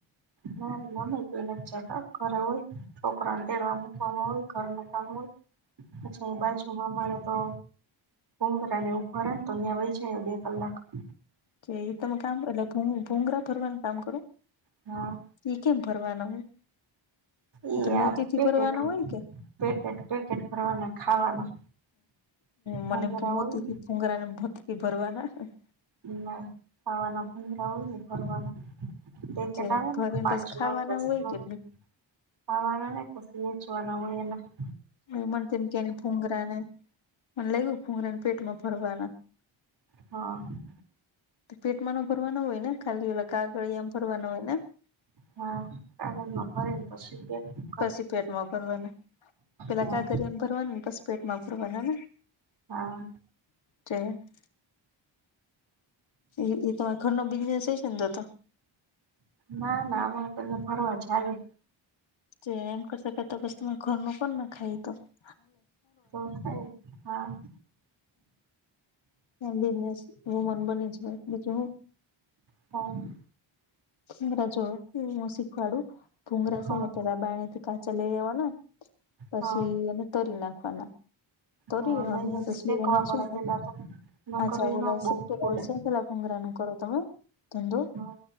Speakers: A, on the right; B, on the left.
A: ના મમ્મી તો નથ જતા ઘરે હોય- - છોકરાને તેડવા મુકવામાં હોય ઘરનું કામ હોય પછી બાજુમાં અમારે- - તો બધાને ઉભા રહેને તો ન્યાં વહી જાય બે કલાક- -
B: જે એ તમે કામ એટલે ભૂંગરા ભરવાનું કામ કરો?
A: હા.
B: ઈ કેમ ભરવાના હોય
A: એ
B: એટલે
A: આ
B: મોતી થી
A: પેકેટ
B: ભરવાના હોય કે?
A: પેકેટ પેકેટ ભરવાના ખાવાના ભુંગરા
B: મને એમ કે મોતીથી
A: હોય ને
B: ભૂગરા ને મોતીથી ભરવાના- -
A: ના ખાવાના ભૂગરા હોયને ભરવાના પેકેટ
B: જે
A: આવેને
B: ભરીને
A: પાંચમાં
B: બસ ખાવાના
A: દસમાં
B: હોય કે
A: ખાવાના નહી પછી વેચાવના હોય એમાં -
B: એ મને લાગ્યુ કે એને ભુગરા ને મને લાગ્યું ભુગરાને પેટમાં ભરવાના- -
A: હા- -
B: પેટમાંનો ભરવાના ન હોય ને ખાલી ઓલા કાગળિયામાં ભરવાના હોય ને- -
A: હા કાગળમાં ફે ને પછી બે- -
B: પછી પેટમાં ભરવાના- - પેલા
A: હા
B: ક ગરિયામ ભરવાનું બસ પેટમાં ભરવાનાને-
A: હા
B: - એ એ તો ઘર ન બિઝનેસ હ છે ને જતો- -
A: ના ના અમે તને ફરવા જાએ- -
B: જે એમ કરશેતો બસ તમે ઘર ન પણ ના ખાઈ તો- -
A: તો હા- -
B: બિનેસ એું મન બની છે બીજું હું.
A: હ- - <unintelligible>
B: ભૂગરા જો હું શીખવાડું ભૂગરા
A: હા
B: છે ને પેલા બા થી કાચા લઈ લેવાના? પછી
A: હા
B: એને તરી નાખવાના તરી
A: હા નહી
B: અને
A: એ
B: પછી
A: શેકવા
B: એનો
A: પડે
B: છે.
A: પેલા તો ન
B: અચ્છા
A: કરે
B: બોલો
A: ન બહુ
B: સ
A: ફૂલે
B: સેકલા પુંંગરાનું કરો તમે? ધંધો
A: હમ